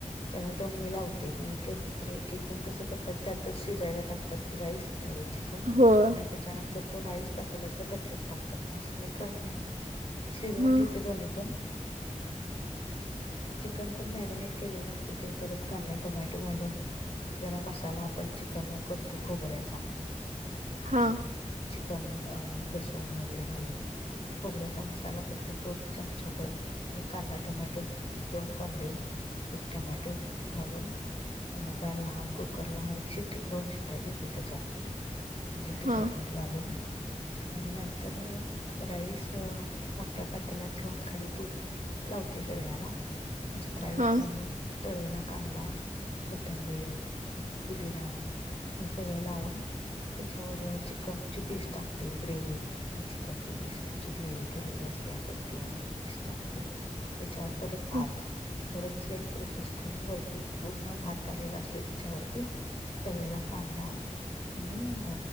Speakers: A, on the left (about 50°); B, on the right (about 75°).
A: त्याला दम मी लावते. एक एक जण कसं करतात त्यातच शिजायला टाकतात राईस. आणि
B: होय
A: त्याच्यानंतर तो राईस पातेलात ताटात टाकतात. असं मी करत नाही. मी शिजवून
B: हा
A: घेते दोन्ही पण. चिकन पण मॅरिनेट केलेलं असते ते परत कांदा टोमॅटो घालून. गरम मसाला आपण चिकन ला करतो खोबऱ्याचा.
B: हा
A: चिकन लसूण वगैरे घालून खोबऱ्याचा मसाला कर त तो चमचा भर आणि कांदा टोमॅटो एक दोन कांदे एक टोमॅटो घालून अ बॅल लहान कुकरला ह एक शिट्टी दोन शिट्टया देते त्याच्यात. म्हणजे तिखट
B: हा
A: मीठ घालून आणि नंतर राईस त्या पातेलात घेऊन खाली तूप लावते सगळ्याला. त्याच्यात राईस
B: हा
A: घालून तळलेला कांदा, कोथंबीर, पुदिना हे सगळं लावून त्याच्यावर चिकनची पीस टाकते ग्रेव्ही. मी चिकनचे पीस. म्हणजे ग्रेव्ही केलेली असते. आपण तेने पीस टाकते. त्याच्यावर परत भात.
B: हा
A: परत सेम प्रोसेस करून वरती पूर्ण भात आलेला असतोय त्याच्यावरती. तळलेला कांदा आणि अ